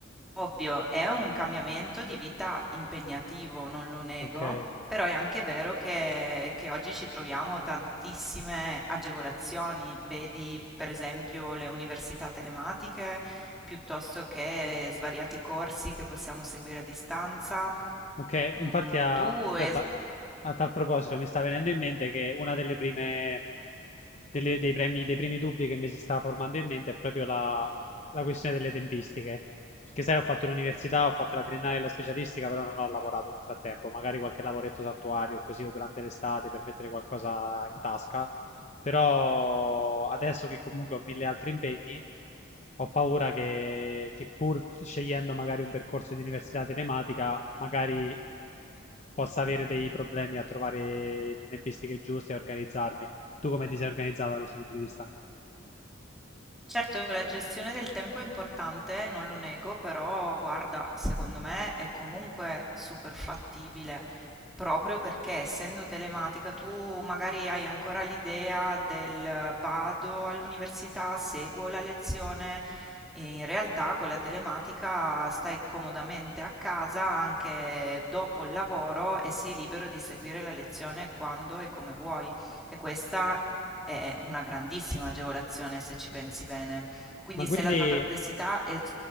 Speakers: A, in the centre; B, on the left.
A: Ovvio, è un cambiamento di vita impegnativo, non lo nego,
B: Ok,
A: però è anche vero che, che oggi ci troviamo tantissime agevolazioni, vedi per esempio le università telematiche piuttosto che svariati corsi che possiamo seguire a distanza.
B: Ok, infatti
A: Mm,
B: a,
A: tu
B: aspetta,
A: es-
B: a tal proposito mi sta venendo in mente che una delle prime, delle- dei premi- dei primi dubbi che mi si sta formando in mente è proprio la, la questione delle tempistiche. Perché sai, ho fatto l'università, ho fatto la triennale e la specialistica, però non ho lavorato nel frattempo, magari qualche lavoretto saltuario così o durante l'estate per mettere qualcosa in tasca, però adesso che comunque ho mille altri impegni, ho paura che, che pur scegliendo magari un percorso di università telematica, magari possa avere dei problemi a trovare le tempistiche giuste e organizzarmi. Tu come ti sei organizzata da questo punto di vista?
A: Certo, la gestione del tempo è importante, non lo nego, però guarda, secondo me è comunque super fattibile, proprio perché essendo telematica tu magari hai ancora l'idea del eh, vado all'università, seguo la lezione, e in realtà con la telematica stai comodamente a casa anche dopo il lavoro e sei libero di seguire la lezione quando e come vuoi. E questa è una grandissima agevolazione se ci pensi bene. Quindi
B: Ma quindi,
A: se la tua perplessità è